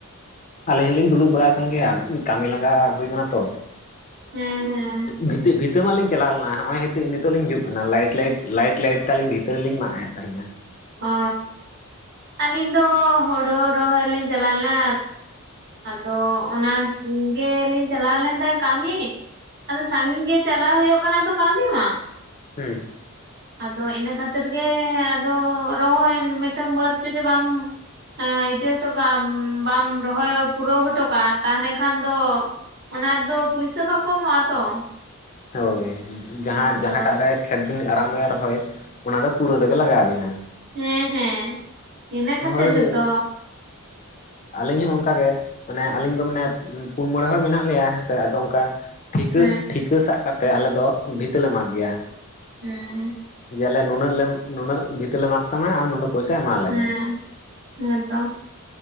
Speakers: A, on the left; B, on the right.
A: ᱟᱹᱞᱤᱧ ᱦᱚᱞᱤᱧ ᱫᱩᱲᱩᱵ ᱵᱟᱲᱟᱣ ᱟᱠᱟᱱ ᱜᱮᱭᱟ ᱠᱟᱹᱢᱤ ᱞᱟᱸᱜᱟ ᱦᱩᱭ ᱠᱟᱱᱟ ᱛᱚ᱾
B: ᱦᱮᱸ ᱦᱮᱸ
A: ᱵᱷᱤᱛᱟᱹ ᱵᱷᱤᱛᱟᱹ ᱢᱟᱜ ᱞᱤᱧ ᱪᱟᱞᱟᱣ ᱞᱮᱱᱟ ᱦᱚᱸᱜᱼᱚᱭ ᱦᱤᱛᱚᱜ ᱱᱤᱛᱚᱜ ᱞᱤᱧ ᱦᱤᱡᱩᱜ ᱠᱟᱱᱟ ᱞᱟᱭᱤᱰ ᱞᱟᱭᱤᱰ ᱞᱤᱭᱤᱰ ᱞᱟᱭᱤᱰ ᱛᱮ ᱟᱹᱞᱤᱧ ᱵᱷᱤᱛᱟᱹ ᱦᱚᱸᱞᱤᱧ ᱢᱟᱜᱼᱮᱜ ᱛᱟᱦᱮᱜᱼᱟ᱾
B: ᱚ ᱟᱹᱞᱤᱧ ᱫᱚ ᱦᱳᱲᱳ ᱨᱚᱦᱚᱭ ᱞᱤᱧ ᱪᱟᱞᱟᱣ ᱞᱮᱱᱟ᱾ ᱟᱫᱚ ᱚᱱᱟ ᱜᱮᱞᱤᱧ ᱪᱟᱞᱟᱣ ᱞᱮᱱ ᱫᱚ ᱠᱟᱢᱤ᱾ ᱟᱫᱚ ᱥᱟᱜᱤᱧ ᱜᱮ ᱪᱟᱞᱟᱣ ᱦᱳᱭᱳᱜ ᱠᱟᱱᱟ ᱛᱚ ᱠᱟᱢᱤ ᱢᱟ
A: ᱦᱩᱸ
B: ᱟᱫᱚ ᱤᱱᱟᱹ ᱠᱷᱟᱹᱛᱤᱨ ᱜᱮ ᱟᱫᱚ ᱨᱚᱦᱚᱭ ᱢᱤᱫᱴᱟᱱ ᱵᱟᱹᱫᱽ ᱡᱩᱫᱤ ᱵᱟᱢ ᱮᱸ ᱤᱭᱟᱹ ᱦᱚᱴᱚ ᱠᱟᱜᱼᱟᱢ ᱵᱟᱢ ᱨᱚᱦᱚᱭ ᱯᱩᱨᱟᱹᱣ ᱦᱚᱴᱚ ᱠᱟᱜᱼᱟ ᱛᱟᱦᱮᱸ ᱞᱮᱠᱷᱟᱱ ᱫᱚ ᱚᱱᱟ ᱨᱮᱫᱚ ᱯᱩᱭᱥᱟᱹ ᱵᱟᱠᱚ ᱮᱢᱚᱜᱼᱟ ᱛᱚ᱾
A: ᱦᱳᱭ ᱡᱟᱦᱟᱸ
B: ᱟᱫᱚ
A: ᱡᱟᱦᱟᱸᱴᱟᱜ ᱨᱮ ᱠᱷᱮᱛ ᱵᱤᱱ ᱟᱨᱟᱢᱵᱚᱭᱟ ᱨᱚᱦᱚᱭ ᱚᱱᱟ ᱫᱚ ᱯᱩᱨᱟᱹ ᱛᱮᱜᱮ ᱞᱟᱜᱟᱣᱵᱤᱱᱟ᱾
B: ᱦᱮᱸ ᱦᱮᱸ ᱤᱱᱟᱹ ᱠᱷᱟᱹᱛᱤᱨ
A: ᱦᱳᱭ
B: ᱜᱮᱛᱚ
A: ᱟᱹᱞᱤᱧ ᱦᱚᱸ ᱚᱝᱠᱟᱜ ᱜᱮ ᱢᱟᱱᱮ ᱟᱞᱤᱧ ᱫᱚ ᱢᱟᱱᱮ ᱩᱸ ᱯᱩᱱ ᱢᱚᱬᱮ ᱦᱚᱲ ᱢᱮᱱᱟᱜ ᱞᱮᱭᱟ ᱦᱮᱸᱥᱮ ᱟᱫᱚ ᱚᱝᱠᱟ ᱴᱷᱤᱠᱟᱹ
B: ᱦᱮᱸ
A: ᱴᱷᱤᱠ ᱠᱟᱹ ᱥᱟᱜ ᱠᱟᱛᱮ ᱟᱞᱮ ᱫᱚ ᱵᱷᱤᱛᱟᱹ ᱞᱮ ᱢᱟᱜᱽ ᱜᱮᱭᱟ᱾
B: ᱦᱮᱸ
A: ᱡᱮ ᱟᱞᱮ ᱱᱩᱱᱟᱹᱜ ᱞᱮ ᱱᱩᱱᱟᱹᱜ ᱵᱷᱤᱛᱟᱹ ᱞᱮ ᱢᱟᱜᱽ ᱛᱟᱢᱟ ᱟᱨ ᱱᱩᱱᱟᱹᱜ ᱯᱚᱭᱥᱟ ᱮᱢᱟᱞᱮ
B: ᱦᱮᱸ
A: ᱢᱮ
B: ᱦᱮᱸᱛᱚ